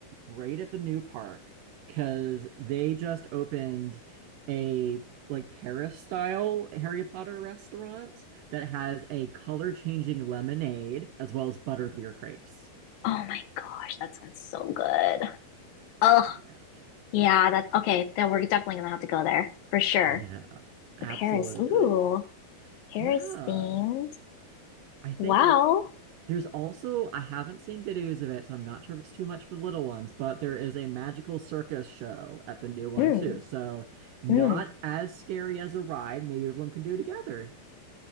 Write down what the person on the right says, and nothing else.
great at the new park because they just opened a like Paris style Harry Potter restaurant that has a color changing lemonade as well as butterbeer crepes.
Yeah.
Yeah. Absolutely.
Yeah.
I think
like There's also, I haven't seen videos of it, so I'm not sure if it's too much for the little ones, but there is a magical circus show at the new one
too. So not
as scary as a ride. Maybe everyone can do it together.